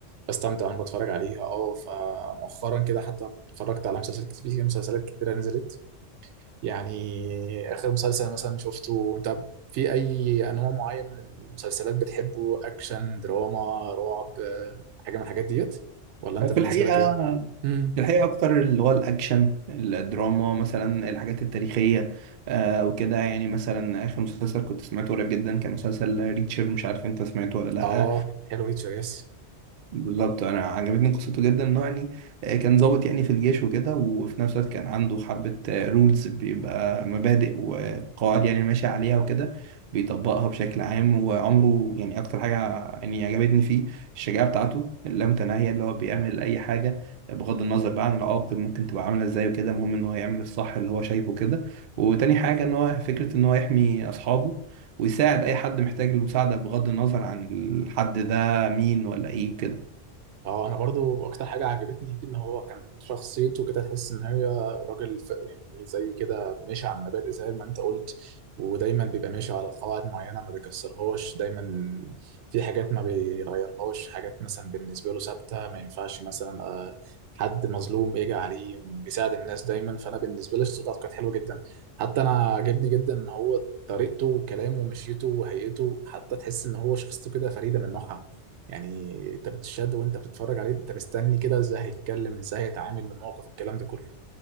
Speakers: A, on the right; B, on the right.
A: بستمتع وانا بتفرج عليها اه فمؤخرا كده حتى اتفرجت على مسلسلات كتير مسلسلات كتيره نزلت يعني آخر مسلسل مثلا شفته أنت في أي أنواع معين من المسلسلات بتحبه أكشن دراما رعب آه، حاجة من الحاجات ديت ولا أنت بالنسبة
B: في الحقيقة
A: لك إيه؟ امم
B: الحقيقة أكتر اللي هو الأكشن الدراما مثلا الحاجات التاريخية آه وكده يعني مثلا آخر مسلسل كنت سمعته قريب جدا كان مسلسل ريتشر مش عارف أنت سمعته ولا لأ
A: آه حلو ريتشارد يس
B: بالظبط انا عجبتني قصته جدا انه يعني آه، كان ضابط يعني في الجيش وكده وفي نفس الوقت كان عنده حبة رولز بيبقى مبادئ وقواعد يعني ماشي عليها وكده بيطبقها بشكل عام وعمره يعني اكتر حاجة يعني عجبتني فيه الشجاعة بتاعته اللامتناهية اللي هو بيعمل اي حاجة بغض النظر بقى عن العواقب ممكن تبقى عاملة ازاي وكده المهم ان هو يعمل الصح اللي هو شايفه كده وتاني حاجة ان هو فكرة ان هو يحمي اصحابه ويساعد اي حد محتاج المساعدة بغض النظر عن الحد ده مين ولا ايه وكده
A: اه انا برضو اكتر حاجه عجبتني فيه ان هو كان شخصيته كده تحس ان هي راجل ف- يعني زي كده ماشي على المبادئ زي ما انت قلت ودايما بيبقى ماشي على قواعد معينه ما بيكسرهاش دايما في حاجات ما بيغيرهاش حاجات مثلا بالنسبه له ثابته ما ينفعش مثلا آه، حد مظلوم يجي عليه بيساعد الناس دايما فانا بالنسبه لي شخصيته كانت حلوه جدا حتى انا عجبني جدا ان هو طريقته وكلامه ومشيته وهيئته حتى تحس ان هو شخصيته كده فريده من نوعها يعني انت بتشد وانت بتتفرج عليه انت مستني كده ازاي هيتكلم ازاي هيتعامل من الموقف الكلام ده كله